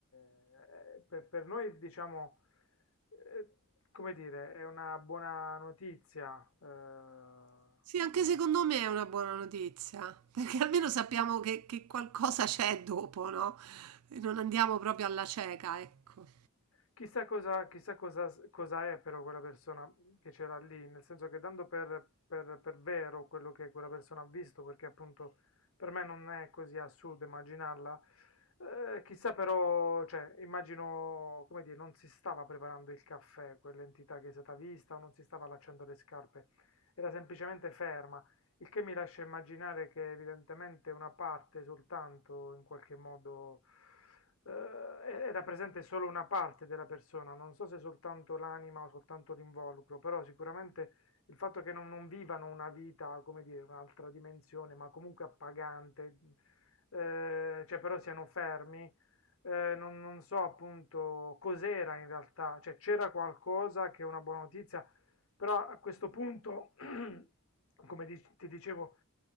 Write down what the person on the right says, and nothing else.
Sì, anche secondo me è una buona notizia, <laughs> perché almeno sappiamo che, che qualcosa c'è dopo, no? E non andiamo proprio alla cieca, ecco.